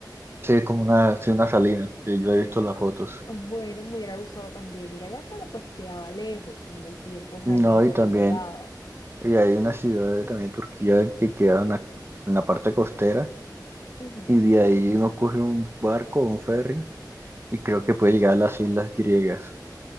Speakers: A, on the right (about 30°); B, on the left (about 60°).
A: Sí, es como una, sí, una salina, sí, yo he
B: Es,
A: visto las fotos.
B: bueno, me hubiera gustado también ir allá, pero pues quedaba lejos, el tiempo realmente
A: No, y también,
B: no me daba.
A: y hay una ciudad de- también de Turquía que queda en la, en la parte costera,
B: Ujú.
A: y de ahí uno coge un barco o un ferry, y creo que puede llegar a las islas griegas.